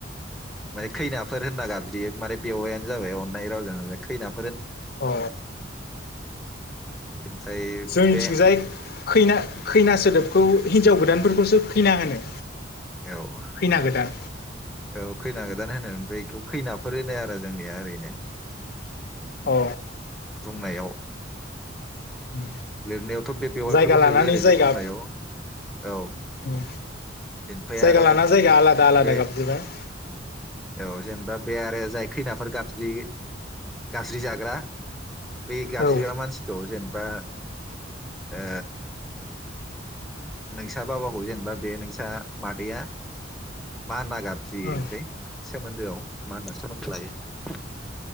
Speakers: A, in the centre; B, on the left.
A: माने खैनाफोर होनना गाबज्रियो माने बेवायानो जाबाय अननाय रावजों खैनाफ
B: अ
A: ओमफ्राय
B: जोंनिथिंजाय
A: बे
B: खैना खैना सोदोबखौ हिनजाव गोदान फोरखौसो खैना होनो।
A: औ
B: खैना गोदान
A: औ खैना गोदान होनो उम। बैखौ खैनाफोर होनो आरो जोंनिया ओरैनो।
B: औ।
A: बुंनायाव
B: उम
A: लिरनायावथ' बे बेवाइफोरखौनो
B: जायगा लानानै
A: लिरो ओरैनो
B: जायगा
A: बुंनायाव औ
B: उम
A: बेनिफ्राय
B: जायगा
A: आरो
B: लाना जायगा आलादा आलादा
A: बे
B: गाबज्रिबाय।
A: औ जेनबा बे आरो जाय खैनाफोर गाबज्रि गाबज्रि जाग्रा बे गाबज्रिग्रा
B: औ
A: मानसिखौ जेनबा ओ नोंसा बाबाखौ जेनबा बे नोंसा मादैया मा होनना गाबज्रियो
B: उम
A: इनफाय? सोमोन्दोआव मा होनना सोमोन्दो लायो।